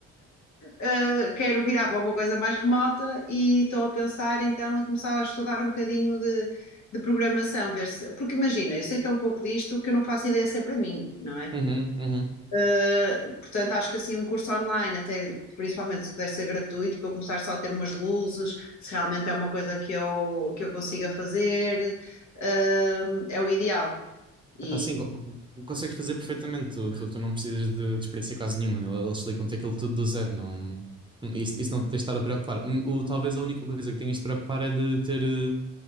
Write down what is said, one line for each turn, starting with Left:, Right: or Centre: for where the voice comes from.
Left: Uh, quero virar para uma coisa mais remota e estou a pensar então em começar a estudar um bocadinho de, de programação, ver se. Porque imagina, eu sei tão pouco disto que eu não faço ideia se é para mim, não é?
Right: uhum, uhum.
Left: Uh, portanto, acho que assim um curso online, até principalmente se puder ser gratuito, para eu começar só a ter umas luzes, se realmente é uma coisa que eu, que eu consiga fazer, uh, é o ideal. E
Right: Epá, sim, con- con- consegues fazer perfeitamente, tu, tu, tu não precisas de, de experiência quase nenhuma, eles explicam-te aquilo tudo do zero, não... Isso, isso não te tens de estar a preocupar. O, o- talvez a única coisa que tenhas de preocupar é de ter, eh,